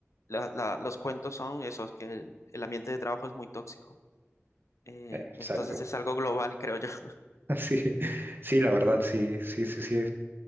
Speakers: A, on the left; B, on the right.
A: la- la- los cuentos son esos, que el, el ambiente de trabajo es muy tóxico. Eh,
B: Eh, exacto.
A: entonces es algo global, creo yo. <laughs>
B: <laughs> Sí, sí, la verdad, sí, sí, sí, sí.